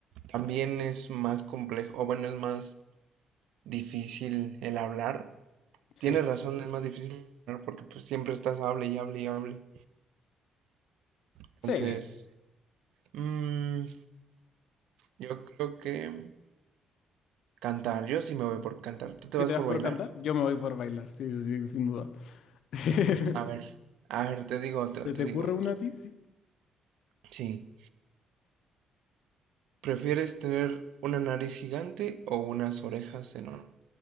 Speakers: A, on the right; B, on the left.
A: también es más complejo, o bueno, es más difícil el hablar.
B: Sí,
A: Tienes razón, es más difícil hablar porque pues siempre estás hable y hable y hable. Entonces,
B: sí.
A: mm, yo creo que cantar, yo sí me voy por cantar. ¿Tú
B: Si
A: te vas
B: te
A: por
B: vas por
A: bailar?
B: cantar, yo me voy por bailar, sí, sí, sí, sin duda. <laughs>
A: A ver, a ver, te digo otra,
B: ¿Te
A: te
B: te ocurre
A: digo otra.
B: una a ti? Sí.
A: Sí. ¿Prefieres tener una nariz gigante o unas orejas enormes?